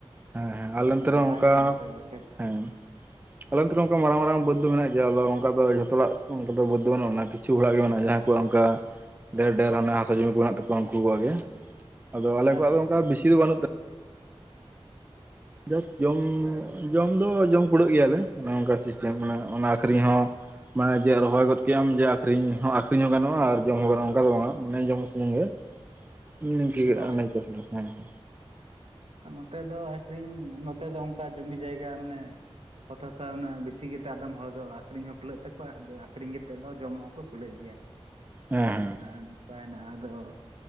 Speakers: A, on the right; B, on the right.
A: ᱦᱮᱸ ᱦᱮᱸ, ᱟᱞᱮ ᱚᱱᱛᱮ
B: ᱚᱱᱟ
A: ᱨᱮ
B: ᱢᱟᱨᱟᱝ
A: ᱚᱱᱠᱟ
B: ᱜᱮᱭᱟ ᱱᱚᱛᱮ ᱫᱚ ᱠᱷᱮᱛ ᱫᱚ
A: ᱦᱮᱸ᱾ ᱟᱞᱮ ᱚᱱᱛᱮᱨᱮ ᱚᱱᱠᱟ ᱢᱟᱨᱟᱝ ᱢᱟᱨᱟᱝ ᱵᱟᱹᱫ ᱫᱚ ᱢᱮᱱᱟᱜ ᱜᱮᱭᱟ ᱟᱫᱚ ᱚᱱᱠᱟ ᱫᱚ ᱡᱷᱚᱛᱚᱦᱚᱲᱟᱜ ᱚᱱᱠᱟ ᱫᱟ ᱵᱟᱹᱫ ᱫᱟ ᱵᱟᱱᱩᱟᱱᱟ᱾ ᱠᱤᱪᱷᱩ ᱦᱚᱲᱟᱜ ᱜᱮ ᱚᱱᱟ ᱡᱟᱦᱟ ᱠᱚᱭᱟᱜ ᱚᱱᱠᱟ ᱰᱷᱮᱨ ᱰᱷᱮᱨ ᱦᱟᱱᱮ ᱦᱟᱥᱟ ᱡᱚᱢᱤ ᱠᱚ ᱢᱮᱱᱟᱜ ᱛᱟᱠᱚᱣᱟ ᱩᱱᱠᱩ ᱠᱚᱣᱟᱜ ᱜᱮ᱾ ᱟᱫᱚ ᱟᱞᱮ
B: ᱦᱮᱸ
A: ᱠᱚᱣᱟᱜ
B: ᱦᱮᱸ
A: ᱫᱚ ᱚᱱᱠᱟ ᱵᱤᱥᱤ ᱫᱚ ᱵᱟᱹᱱᱩᱜ ᱛᱚ᱾ ᱡᱟᱥᱴ ᱡᱚᱢ ᱡᱚᱢ ᱫᱚ ᱡᱚᱢ ᱠᱩᱲᱟᱹᱜ ᱜᱮᱭᱟᱞᱮ ᱚᱱᱮ ᱚᱱᱠᱟ ᱥᱤᱥᱴᱮᱢ ᱢᱟᱱᱮ ᱚᱱᱟ ᱟᱠᱷᱨᱤᱧ ᱦᱚᱸ ᱢᱟᱱᱮ ᱡᱮ ᱨᱚᱦᱚᱭ ᱜᱚᱫ ᱠᱮᱟᱢ ᱡᱮ ᱟᱠᱷᱨᱤᱧ ᱦᱚᱸ ᱟᱠᱷᱨᱤᱧ ᱦᱚᱸ ᱜᱟᱱᱚᱜᱼᱟ ᱟᱨ ᱡᱚᱢ ᱦᱚ ᱜᱟᱱᱚᱜᱼᱟ ᱚᱱᱠᱟ ᱫᱚ ᱵᱟᱝ ᱢᱟᱱᱮ ᱡᱚᱢ ᱥᱩᱢᱩᱝ ᱜᱮ᱾ ᱦᱩᱸ ᱱᱤᱝᱠᱟᱹ ᱜᱮ
B: ᱦᱳᱭ
A: <unintelligible>
B: ᱦᱳᱭ ᱱᱚᱛᱮ ᱫᱚ ᱟᱠᱷᱨᱤᱧ ᱱᱚᱛᱮ ᱫᱚ ᱚᱱᱠᱟ ᱡᱩᱢᱤ ᱡᱟᱭᱜᱟ ᱢᱟᱱᱮ ᱚᱛ ᱦᱟᱥᱟ ᱚᱱᱮ ᱵᱤᱥᱤ ᱜᱮᱛᱮ ᱟᱫᱚᱢ ᱦᱚᱲ ᱫᱚ ᱟᱠᱷᱨᱤᱧ ᱦᱚᱸ ᱠᱩᱞᱟᱹᱜ ᱛᱟᱠᱚᱣᱟ ᱟᱨ ᱡᱚ ᱟᱠᱷᱨᱤᱧ ᱠᱟᱛᱮᱫ ᱫᱚ ᱡᱚᱢ ᱦᱚᱠᱚ ᱠᱩᱞᱟᱹᱜ ᱜᱮᱭᱟ ᱾
A: ᱦᱩᱸ
B: ᱦᱮᱸ ᱱᱚᱝᱠᱟ ᱦᱮᱱᱟᱜᱼᱟ ᱟᱫᱚ